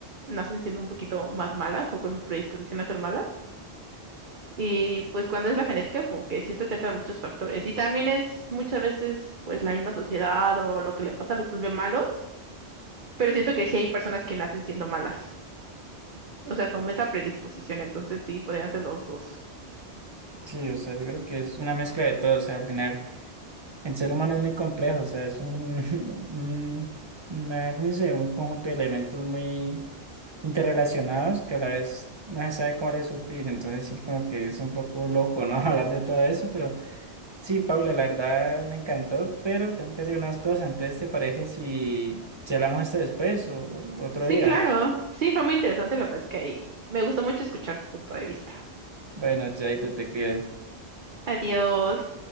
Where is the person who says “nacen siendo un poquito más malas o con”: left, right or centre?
Right